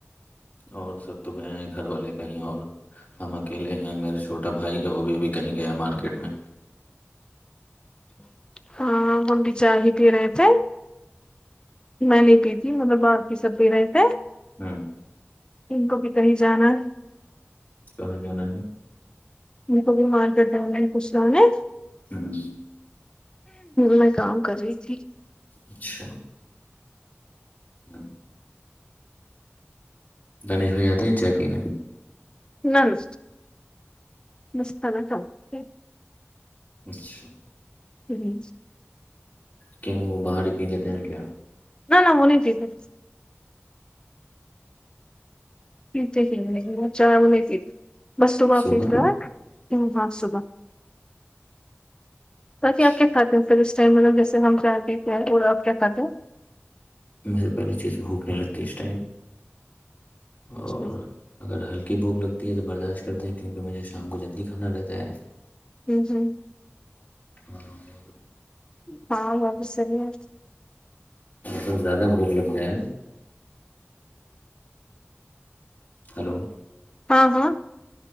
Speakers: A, on the left; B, on the left.
A: اور سب تو گئے ہیں گھر والے کہیں اور ہم اکیلے ہیں میرا چھوٹا بھائی ہے وہ بھی ابھی کہیں گیا مارکیٹ میں
B: ہاں ہمنٹی چ ہی پنے تھ <unintelligible> میں نہیں پی تھی مطلب بپ کی سب پی رہے تھے
A: ھمم
B: ان کو بھی کہیں جانا
A: کہاں جانا ہے
B: میر کو بھی مار کرتا نے پوچھ ل <unintelligible>
A: ہاں
B: میں کام کر رہی تھی
A: اچھا ہاں دنیش بھائی آتے ہیں چائے پین
B: ن نس نسان تھا <unintelligible>
A: اچھا
B: جی
A: کیوں وہ باہر ہی پی لیتے ہیں کیا
B: نہ نہ وہنےتیے <unintelligible> م ہی مھا ب میںتی بس تو معافی
A: صبح
B: کیا ت ہاں صبح بقی
A: اچھا
B: آپ کیا کھاتے ہیں پھر اس چ مطلب جیس ہم چاہتے اور آپ کیا کہتے <unintelligible>
A: مجھے پہلی چیز بھوک نہیں لگتی اس ٹائم اور
B: ہو
A: اگر ہلکی بھوک لگتی ہے تو برداشت کرتے ہیں کیونکہ مجھے شام کو جلدی کھانا رہتا ہے
B: ممم ممم
A: ہاں
B: ہاں باب سری ہے <unintelligible>
A: ا زیادہ بڑھ لگتے ہیں ہلو
B: ہاں ہاں